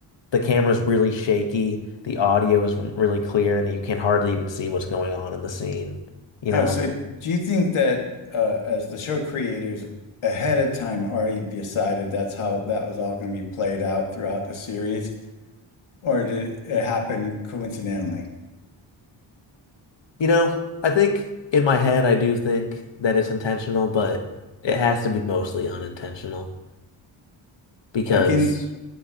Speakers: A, on the left; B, on the left.
A: the camera's really shaky, the audio isn't really clear, and you can hardly even see what's going on in the scene, you
B: Oh,
A: know?
B: so do you think that uh, as the show creators ahead of time already decided that's how that was all going to be played out throughout the series, or did it happen coincidentally?
A: You know, I think in my head I do think that it's intentional, but it has to be mostly unintentional because,
B: Like in